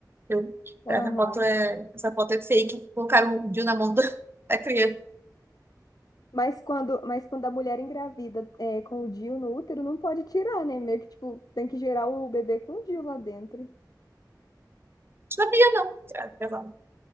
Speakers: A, on the right (about 30°); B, on the left (about 60°).
A: Eu,
B: aham.
A: essa foto é, essa foto é fake. Colocaram o DIU na mão <laughs> da, da criança.
B: Mas quando, mas quando a mulher engravida é, com o DIU no útero, não pode tirar, né? Meio que, tipo, tem que gerar o bebê com o DIU lá dentro.
A: Não sabia, não. Ah, sei lá.